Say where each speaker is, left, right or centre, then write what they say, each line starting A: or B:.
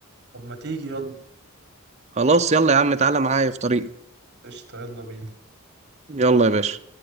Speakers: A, on the right (about 50°); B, on the right (about 30°).
A: طب ما تيجي يلا
B: خلاص يلا يا عم تعالى معايا في طريق
A: قشطه يلا بينا
B: يلا يا باشا